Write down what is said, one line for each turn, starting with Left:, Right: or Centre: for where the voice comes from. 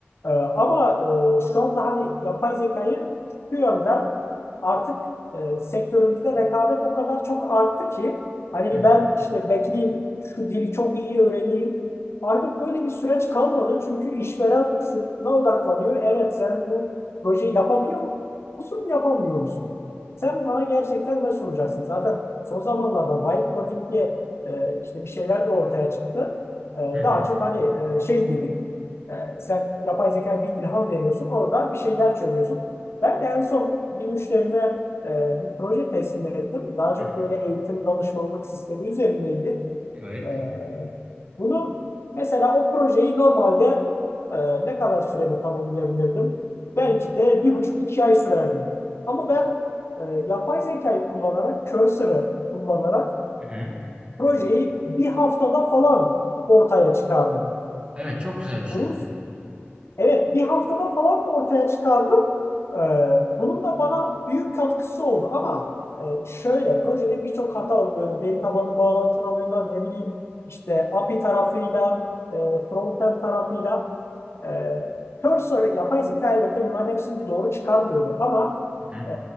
Left: ee, ama e, şu anda hani yapay zekayı şu yönden artık e, sektörümüzde rekabet o kadar çok arttı ki hani
Right: Hı hı.
Left: ben işte bekleyeyim şu dili çok iyi öğreneyim. Artık böyle bir süreç kalmadı çünkü işveren şuna odaklanıyor. Evet sen bu projeyi yapabiliyor musun, yapamıyor musun? Sen bana gerçekten ne sunacaksın? Zaten son zamanlarda vibe coding diye e, işte bir şeyler de ortaya çıktı. E, daha
Right: Hı hı.
Left: çok hani e, şey gibi ee, sen yapay zeka bir ilham veriyorsun, orada bir şeyler çözüyorsun. Ben de en son bir müşterime e, bir proje teslim ettim. Daha çok
Right: Hı hı.
Left: böyle eğitim danışmanlık sistemi üzerindeydi.
Right: Evet.
Left: Ee, bunu mesela o projeyi normalde e, ne kadar sürede tamamlayabilirdim? Belki de bir buçuk iki ay sürerdi. Ama ben e, yapay zekayı kullanarak, cursor'ı kullanarak
Right: Hı hı.
Left: projeyi bir haftada falan ortaya çıkardım.
Right: Evet çok güzel bir şey.
Left: Bunun Evet, bir haftada falan ortaya çıkardım. Ee, bunun da bana büyük katkısı oldu ama e, şöyle, projede birçok hata oluyordu. Veri tabanı bağlantılılığıyla, ne bileyim işte API tarafıyla, e, frontend tarafıyla. Ee, Cursor yapay zeka elbette bunların hepsini doğru çıkarmıyordu ama
Right: Hı hı.
Left: e,